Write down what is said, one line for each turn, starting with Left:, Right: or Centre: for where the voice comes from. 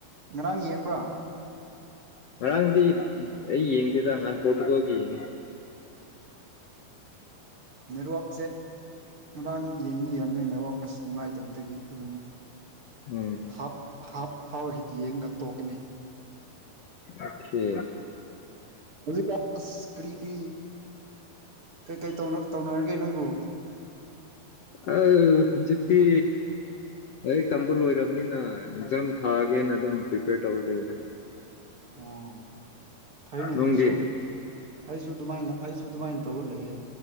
Right: ꯉꯔꯥꯡ ꯌꯦꯡꯕ꯭ꯔꯥ
Left: ꯉꯔꯥꯡꯗꯤ ꯑꯩ ꯌꯦꯡꯗꯦꯗ ꯅꯍꯥꯟ ꯄꯣꯔꯇꯨꯒꯜꯒꯤ ꯌꯦꯡꯉꯤ꯫
Right: ꯅꯦꯠꯋ꯭ꯥꯛꯁꯦ ꯉꯔꯥꯡ ꯌꯦꯡꯗꯤ ꯌꯦꯡꯂꯝꯃꯦ ꯅꯦꯠꯋ꯭ꯥꯔꯛ ꯑꯁ ꯅꯨꯡꯉꯥꯏꯇꯕꯗꯒꯤ ꯑꯗꯨꯝ
Left: ꯎꯝ
Right: ꯍꯥꯞ ꯍꯥꯞ ꯐꯥꯎ ꯌꯦꯡꯉ ꯇꯣꯛꯀꯅꯤ
Left: ꯑꯣꯛꯀꯦ꯫
Right: ꯍꯧꯖꯤꯛꯀꯥꯟ ꯑꯁ ꯀꯔꯤ ꯀꯔꯤ ꯀꯩꯀꯩ ꯇꯧꯅ ꯇꯧꯅꯔꯒꯦ ꯅꯣꯏꯕꯨ
Left: ꯑ ꯍꯧꯖꯤꯛꯇꯤ ꯂꯥꯏꯔꯤꯛ ꯇꯝꯕ ꯂꯣꯏꯔꯕꯅꯤꯅ ꯑꯦꯛꯖꯥꯝ ꯊꯥꯒꯦꯅ ꯑꯗꯨꯝ ꯄ꯭ꯔꯤꯄꯦꯌꯔ ꯇꯧꯔꯒꯦꯅ
Right: ꯑꯣ ꯐꯩꯅꯦ ꯑꯗꯨꯁꯨ
Left: ꯅꯪꯗꯤ
Right: ꯑꯩꯁꯨ ꯑꯗꯨꯃꯥꯏꯅ ꯑꯩꯁꯨ ꯑꯗꯨꯃꯥꯏꯅ ꯇꯧꯔ ꯂꯩꯌꯦ